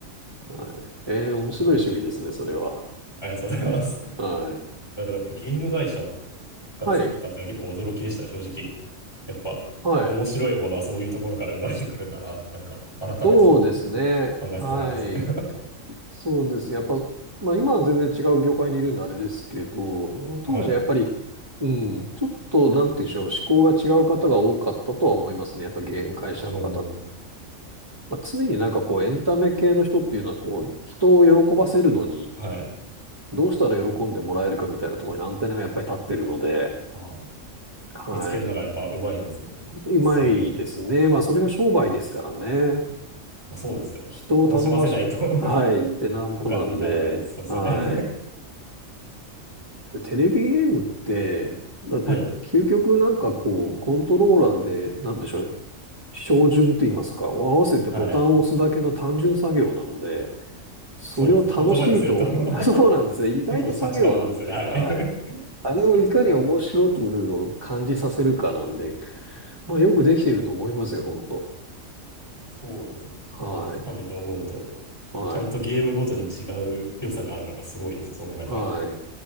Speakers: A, on the right (about 20°); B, on the left (about 20°).
A: はい。えー、面白い趣味ですね、
B: はい
A: それは。
B: ありがとうございます。い
A: はい。
B: や、でもやっぱゲーム会社が作ったっていうのは結構驚きでしたね、
A: はい。
B: 正直。やっぱ、
A: はい。
B: 面白いものはそういうところから生まれてくるんだなって、なんか、改めてちょっと
A: そうですね。
B: 考えさせられますね。
A: はい。そうですね。やっぱ、まあ今は全然違う業界にいるんであれですけど、当時はやっぱり、
B: <laughs> はい。
A: うん、ちょっと、なんて言うんでしょう、思考が違う方が多かったとは思いますね。やっぱゲーム会社の方って。
B: おー。
A: まあ、常になんかこう、エンタメ系の人っていうのはこう、人を喜ばせるのに、
B: はい。
A: どうしたら喜んでもらえるかみたいなところにアンテナがやっぱり立ってるので、
B: ああ。
A: はい。
B: 見つけるのがやっぱ上手いんですね。
A: うまいですね。
B: すごい。
A: まあそれが商売ですからね。
B: まあ、そうですよね。
A: 人を頼ましょはい、
B: 楽しませないと <laughs>
A: ってなんぼなんで、
B: お金にならない、そうですよね。
A: はい。でテレビゲームって、だって、
B: <laughs> はい。
A: 究極なんかこう、コントローラーで、なんでしょう、照準と言いますか、を合わせてボタンを押すだけの単純作業なので、
B: はい。
A: それを楽しいと、
B: そうですね。言葉にすると
A: <laughs> そうなんですよ。
B: <laughs>
A: 意外と作業なんですよ。
B: 結構シャチなものですよね。はい。
A: はい。あれをいかに面白くを感じさせるかなんで、
B: <laughs> 確かに。い
A: まあよくできてると思いますよ、本当。
B: や、そうですね。
A: はい。
B: 改めて思うと、
A: はい。
B: ちゃんとゲームごとに違う良さがあるのがすごいですね。そう考えたら。
A: はい。